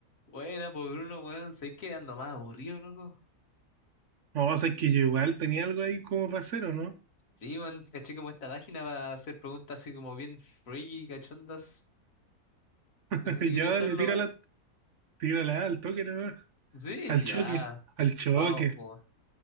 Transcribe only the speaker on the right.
No, o sea, es que yo igual tenía algo ahí como para hacer, ¿o no?
<laughs>
Ya
dale, tírala,
tírala ah, al toque nomás.
Al
choque, al choque.